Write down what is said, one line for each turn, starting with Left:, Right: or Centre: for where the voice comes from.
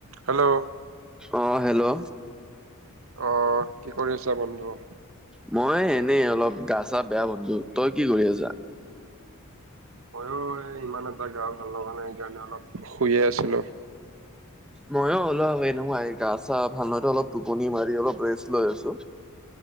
Right: হেল্ল',
Centre: অ, হেল্ল',
Right: অ, কি কৰি আছিলা বন্ধু?
Centre: মই এনেই অলপ গা চা বেয়া বন্ধু তই কি কৰি আছা?
Right: ময়ো এই ইমান এটা গা ভাল লগা নাই সেইকাৰণে অলপ শুইয়ে আছিলোঁ।
Centre: মইয়ো অলপ এনেকুৱাই গা চা ভাল নহয় টো অলপ টোপনি মাৰি অলপ ৰেষ্ট লৈ আছো।